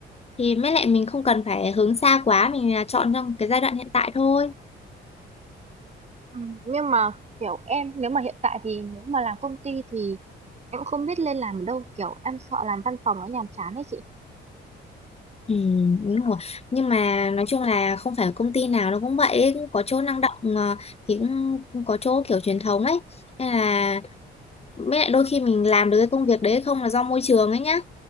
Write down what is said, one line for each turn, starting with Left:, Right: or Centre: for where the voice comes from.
Left: thì mới lại mình không cần phải hướng xa quá mình à, chọn trong cái giai đoạn hiện tại thôi
Right: Ừ, nhưng mà kiểu em nếu mà hiện tại thì nếu mà làm công ty thì em không biết lên làm ở đâu kiểu em sợ làm văn phòng nó nhàm chán ấy chị
Left: ừ, đúng rồi. nhưng mà nói chung là không phải công ty nào nó cũng vậy ấy. cũng có chỗ năng động à, thì cũng cũng có chỗ kiểu truyền thống ấy nên là với lại đôi khi mình làm được cái công việc đấy không là do môi trường ấy nhá